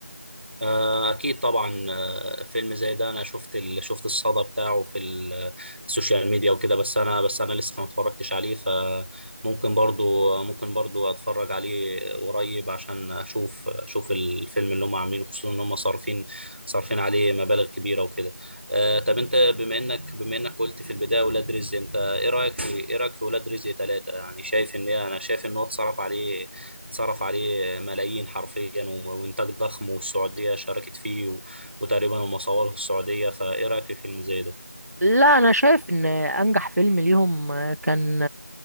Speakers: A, on the right (about 45°); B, on the right (about 75°).
A: آه، أكيد طبعا آه، فيلم زي ده أنا شفت ال... شفت الصدى بتاعه في ال- السوشيال ميديا وكده بس أنا بس أنا لسه ما اتفرجتش عليه فممكن برضو ممكن برضو أتفرج عليه قريب عشان أشوف أشوف الفيلم اللي هم عاملينه خصوصا إن هم صارفين صارفين عليه مبالغ كبيرة وكده آه، طب أنت بما إنك بما إنك قلت في البداية ولاد رزق أنت إيه رأيك في إيه رأيك في ولاد رزق ثلاثة يعني شايف إن هي- أنا شايف إن هو اتصرف عليه صرف عليه ملايين حرفيا و- وإنتاج ضخم والسعودية شاركت فيه و- وتقريبا هم صوروه في السعودية فإيه رأيك في فيلم زي ده؟
B: لا انا شايف ان انجح فيلم ليهم كان